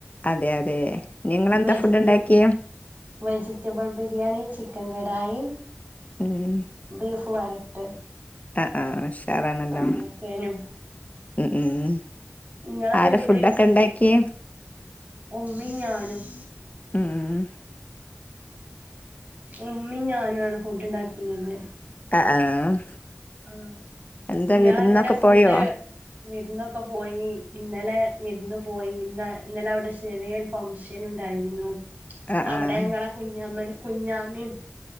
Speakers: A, on the left; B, on the right.
A: അതെ അതെ നിങ്ങളെന്താ
B: വെജിറ്റം
A: ഫുഡ് ഉണ്ടാക്കിയെ
B: വെജിറ്റബിൾ ബിരിയാണി ചിക്കൻ കടായി
A: ഉം
B: ബീഫ് വരട്ട്
A: അ ആ ഹ് ഉഷാറാണല്ലോ
B: അങ്ങനൊക്കേനു
A: ഉം ഉം
B: ഇങ്ങളെ
A: ആരാ
B: വീട്
A: ഫുഡൊക്കെ ഇണ്ടാക്കിയേ
B: ഉമ്മിം ഞാനും
A: ഉം
B: ഉമ്മിം ഞാനും ആണ് ഫുഡ് ണ്ടാക്കീ നേത്
A: ആഹ് ആഹ്
B: ആഹ്
A: എന്താ
B: ഇങ്ങളെങ്ങനെ
A: വിരുന്നൊക്കെ
B: ഫുഡ്
A: പോയോ
B: വിരുന്നൊക്കെ പോയി ഇന്നലെ വിരുന്ന് പോയി ഇന്ന ഇന്നലെ അവിടെ ചെറിയെ ഫംഗ്ഷനും ഉണ്ടായിരുന്നു
A: ആഹ്
B: അവിടെ
A: ആഹ്
B: ഞങ്ങളെ കുഞ്ഞമ്മൻ കുഞ്ഞാമി